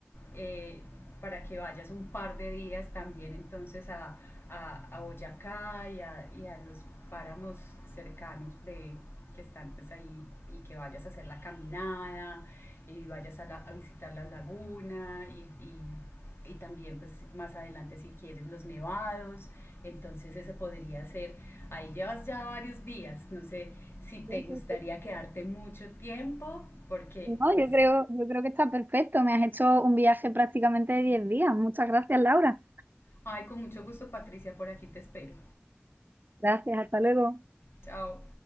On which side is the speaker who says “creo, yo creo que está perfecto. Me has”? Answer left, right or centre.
Right